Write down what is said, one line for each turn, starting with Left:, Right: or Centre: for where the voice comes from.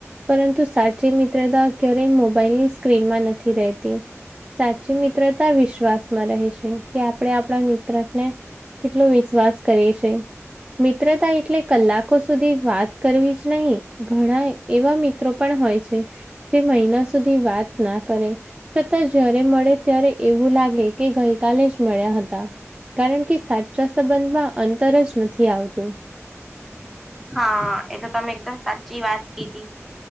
Right: પરંતુ સાચી મિત્રતા ક્યારેય મોબાઈલની સ્ક્રીન માં નથી રહેતી સાચી મિત્રતા વિશ્વાસમાં રહે છે કે આપડે આપડા મિત્ર ને કેટલો વિશ્વાસ કરે છે મિત્રતા એટલે કલાકો સુધી વાત કરવી જ નહી ઘણા એવા મિત્રો પણ હોય છે તે મહિના સુધી વાત ના કરે છતાં જ્યારે મળે ત્યારે એવું લાગે કે ગઈકાલે જ મળ્યા હતા કારણ કે સાચા સંબંધમાં અંતર જ નથી આવતું
Centre: હા એતો તમે એકદમ સાચી વાત કીધી